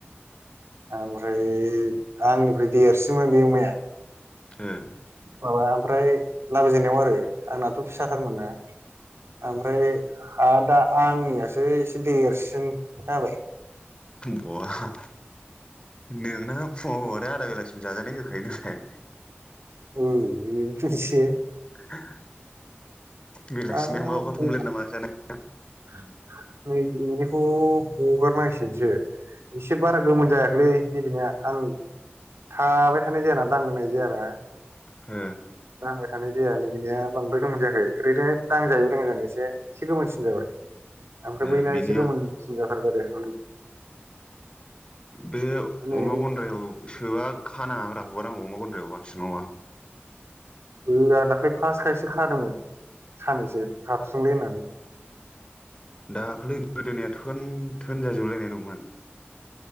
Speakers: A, on the right (about 80°); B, on the left (about 25°).
A: आमफ्राय आंनिफ्राय देरसिनमोन बे अमाया।
B: ओ
A: माबा आमफ्राय लाबोजेननायाव आरो आंनाथ फिसाथारमोनना आमफ्राय आर दा आंनियासो एसे देरसिन जाबाय।
B: बहा नोंना फुङाव होबाथाय आदा बेलासिम जाजानाय होखायो नालाय।
A: उम बेबो मोनसे।
B: <unintelligible> बेलासिना
A: हाब
B: होमबा अखा थमब्लेथ नामा जानाय‌‌
A: <unintelligible> बेनिखौ हगारनांसिगोनसो एसे बारा गोमोन जायाखैलै नै बिनिया आं थाबाय थानाय जायाना दांलायनाय जायाना।
B: हो
A: दांबाय थानाय जाया नै बिनिया बांद्राय गोमोन जायाखै ओरैनो दांजायो दांजानाय एसे एसे गोमोनसिन जाबाय। ओमफ्राय
B: ओ
A: बैना
B: बिनिया
A: एसे गोमोन सिन जाथारबाय आरो। <unintelligible>
B: बे
A: माने
B: अमा गन्द्रायाव सोबा खानाङाब्रा। हगारनांगौ अमा गुन्द्रायावबा सिङावबा।
A: ओ आं दाख्लै फारस खायसो खादोंमोन साननैैसो। हारसिंलै होननानै
B: दाख्लै गोदोनाया थोन थोन जाजोबलायनाय दंमोन।